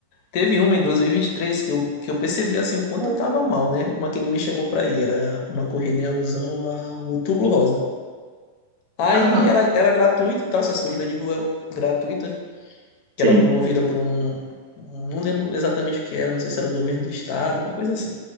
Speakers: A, on the left; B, on the right.
A: Teve uma em 2023 que eu, que eu percebi, assim, o quanto
B: Uhum,
A: eu tava mal, né? Uma que ele me chamou pra ir, era uma corrida em alusão ao Outubro Rosa. Aí
B: aham,
A: era, era gratuito e tal, essas corridas de rua gratuita que
B: sim,
A: era promovida por um. um, Não lembro exatamente o que era, não sei se era o governo do estado, uma coisa assim.